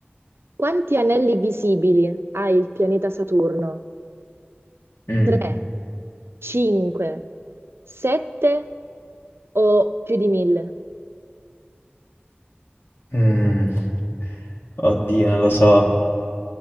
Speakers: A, on the right; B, on the left.
A: quanti anelli visibili ha il pianeta Saturno?
B: Mm.
A: 3, 5, 7 o più di 1000?
B: Mm. Oddio, non lo so.